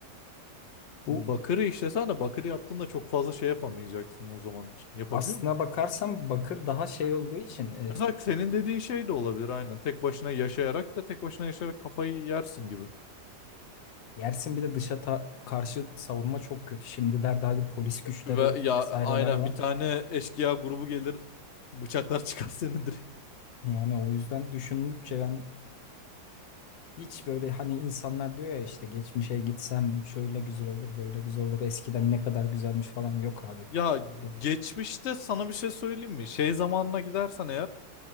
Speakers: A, on the left; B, on the left.
A: Bu
B: Bakırı işlesene bakırı yaptığında çok fazla şey yapamayacaksın o zaman için. Yapabiliyor
A: aslına bakarsam bakır daha şey olduğu için
B: Mesela senin dediğin şey de olabilir aynen. Tek başına yaşayarak da tek başına yaşayarak kafayı yersin gibi.
A: Yersin bir de dışa ta- karşı savunma çok kötü. Şimdilerde hadi polis güçleri
B: Ve ya
A: vesaireler
B: aynen
A: var.
B: bir tane eşkıya grubu gelir bıçaklar <laughs> çıkar seni direkt.
A: Yani o yüzden düşündükçe ben hiç böyle hani insanlar diyor ya işte geçmişe gitsem şöyle güzel olur, böyle güzel olur. Eskiden ne kadar güzelmiş falan yok abi.
B: Ya
A: Bir
B: geçmişte sana bir şey söyleyeyim mi? Şey zamanına gidersen eğer